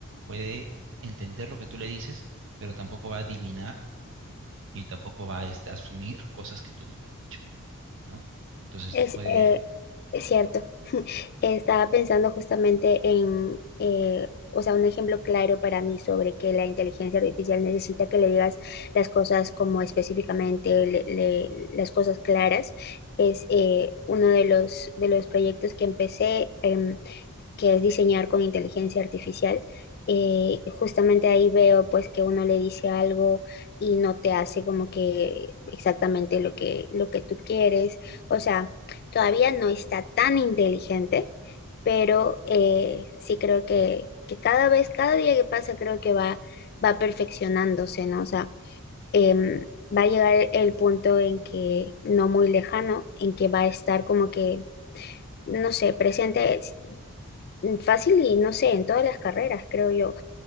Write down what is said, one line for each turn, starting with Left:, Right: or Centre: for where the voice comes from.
Right: puede entender lo que tú le dices, pero tampoco va a adivinar y tampoco va a este, asumir cosas que tú no le has dicho, ¿no? Entonces,
Left: Es,
Right: puede,
Left: eh, es cierto. Estaba pensando justamente en, eh, o sea, un ejemplo claro para mí sobre que la inteligencia artificial necesita que le digas las cosas como específicamente, le- le- las cosas claras. Es eh, uno de los, de los proyectos que empecé, em, que es diseñar con inteligencia artificial. Eh, justamente ahí veo pues que uno le dice algo y no te hace como que exactamente lo que, lo que tú quieres. O sea, todavía no está tan inteligente pero eh, sí creo que, que cada vez, cada día que pasa, creo que va, va perfeccionándose, ¿no? O sea, em, va a llegar el punto en que, no muy lejano, en que va a estar como que, no sé, presente es fácil y no sé, en todas las carreras, creo yo,